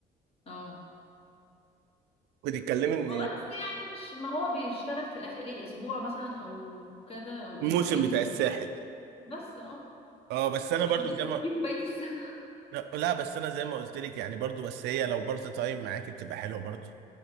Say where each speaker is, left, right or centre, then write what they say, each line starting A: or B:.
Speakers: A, on the left; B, on the right.
A: اه
B: بتتكلمي
A: والله
B: إن
A: بس يعني مش ما هو بيشتغل في الاخر ايه اسبوع مثلا او كده او
B: الموسم
A: اسبوعين
B: بتاع الساحل
A: بس اه
B: اه بس انا برضو
A: بيصرف
B: زي ما
A: فيهم بقية السنة
B: لا لا، بس انا زي ما قلت لك يعني برضو بس هي لو بارت تايم معاك بتبقى حلوه برضو